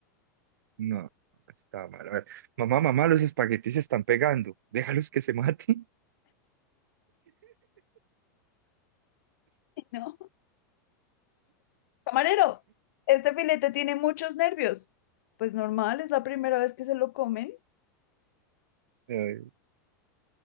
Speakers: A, on the right (about 80°); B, on the left (about 65°).
A: No, está mal. A ver, mamá, mamá, los espaguetis se están pegando. Déjalos que se maten.
B: No. Camarero, este filete tiene muchos nervios. Pues normal, es la primera vez que se lo comen.
A: <laughs>